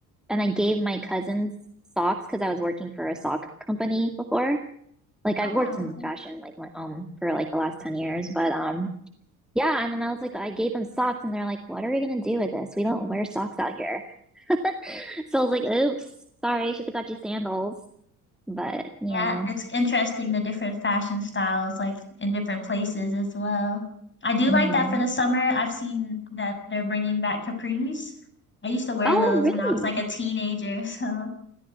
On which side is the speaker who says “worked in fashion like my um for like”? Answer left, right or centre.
Centre